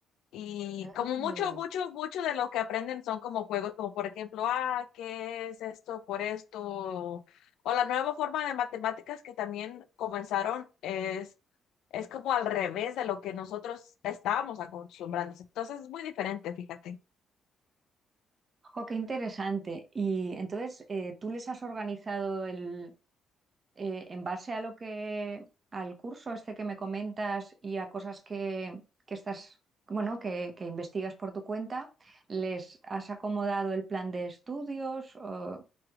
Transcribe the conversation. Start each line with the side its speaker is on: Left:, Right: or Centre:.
Left: Y como
Right: Mm.
Left: mucho, mucho, mucho de lo que aprenden son como juegos, como por ejemplo, ah, ¿qué es esto por esto? O, la nueva forma de matemáticas que también comenzaron es, es como al revés de lo que nosotros estábamos acostumbrándonos. Entonces es muy diferente, fíjate.
Right: Jo, qué interesante. Y entonces, eh, ¿tú les has organizado el, eh, en base a lo que, al curso este que me comentas y a cosas que, que estás, bueno, que, que investigas por tu cuenta, ¿les has acomodado el plan de estudios? O